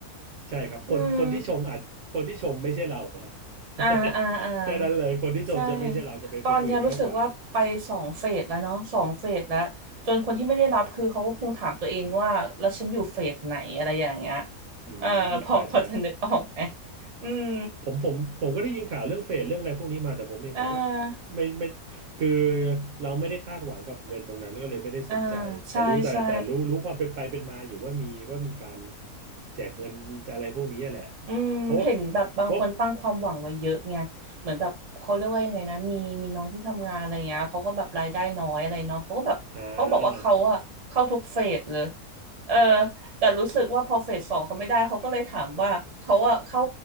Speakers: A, on the right; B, on the right.
A: ใช่ครับคนคนที่ชมอาจคนที่ชมไม่ใช่เราฮะ
B: อืมอ่าอ่าอ่า
A: <laughs> แค่นั้นเลยคนที่ชมจะไม่ใช่เราจะเป็นคนอื่นมากกว่า
B: ใช่ตอนเนี้ยรู้สึกว่าไปสองเฟสแล้วเนาะสองเฟสแล้วจนคนที่ไม่ได้รับคือเขาก็คงถามตัวเองว่าแล้วฉันอยู่เฟสไหนอะไรอย่างเงี้ย
A: อืมใช่ใช่
B: เออพอพอจะนึกออกไหมอืม
A: ผมผมผมก็ได้ยินข่าวเรื่องเฟดเรื่องอะไรพวกนี้มาแต่ผมเองผมก็
B: อ่า
A: ไม่ไม่คือเราไม่ได้คาดหวังกับเงินตรงนั้นแล้วก็เลยไม่ได้สนใจแต่รู้แต่แต่รู้รู้ความเป็นไปเป็นมาอยู่ว่ามีว่ามีการ
B: อ่าใช่ใช่
A: แจกเงินอะไรพวกนี้แหละ
B: อืมเห็นแบบบางคนตั้งความหวังไว้เยอะไงเหมือนแบบเขาเรียกว่ายังไงนะมีมีน้องที่ทำงานอะไรเงี้ยเขาก็แบบรายได้น้อยอะไรเนาะเขาก็แบบเขาบอกว่าเขาอะเข้าทุกเฟสเลย
A: เพราะว่าเพราะ อ่า
B: เออแต่รู้สึกว่าพอเฟสสองเขาไม่ได้เขาก็เลยถามว่าเขาอะเข้า